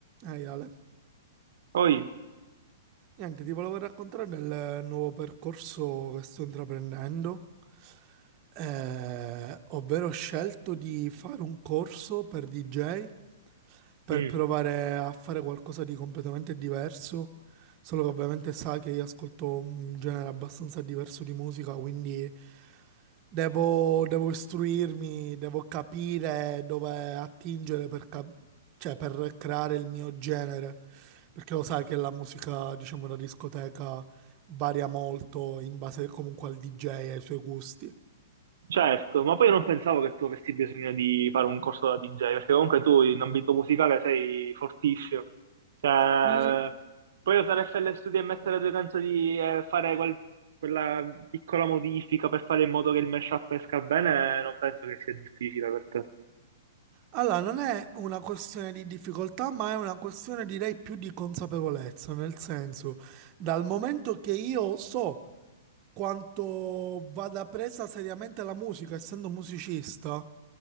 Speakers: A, on the right; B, on the right.
A: Ehi Ale,
B: Poi,
A: niente, ti volevo raccontare del nuovo percorso che sto intraprendendo, Eh, ovvero ho scelto di fare un corso per DJ per
B: Mm.
A: provare a fare qualcosa di completamente diverso, solo che ovviamente sa che io ascolto un genere abbastanza diverso di musica, quindi devo, devo istruirmi, devo capire dove attingere per, cap- cioè, per creare il mio genere, perché lo sai che la musica, diciamo, da discoteca varia molto in base comunque al DJ e ai suoi gusti.
B: certo, ma poi io non pensavo che tu avessi bisogno di fare un corso da DJ, perché comunque tu in ambito musicale sei fortissimo. Cioè,
A: Sì,
B: puoi usare FL Studio e mettere due canzoni e fare quel- quella piccola modifica per fare in modo che il mashup esca bene, non penso che sia difficile per te.
A: Allora, non è una questione di difficoltà, ma è una questione direi più di consapevolezza, nel senso, dal momento che io so quanto vada presa seriamente la musica, essendo musicista,